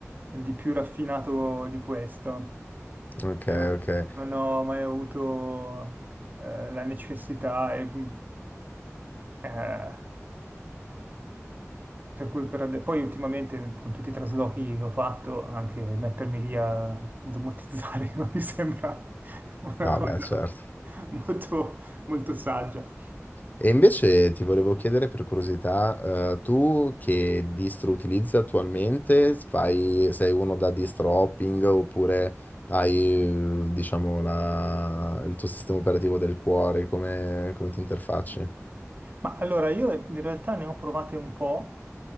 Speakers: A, on the right; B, on the left.
A: di più raffinato di questo.
B: ok,
A: Io
B: ok.
A: non ho mai avuto eh, la necessità e, mm, eh, Per cui per ade- poi ultimamente con tutti i traslochi che ho fatto, anche mettermi lì a domotizzare <laughs> non mi sembra una
B: No,
A: cosa
B: beh, certo.
A: molto, molto saggia.
B: E invece ti volevo chiedere per curiosità, eh, tu che distro utilizzi attualmente? Fai- sei uno da distro hopping oppure hai, eh, diciamo, la- il tuo sistema operativo del cuore? Come, come ti interfacci?
A: Ma allora io in realtà ne ho provate un po'.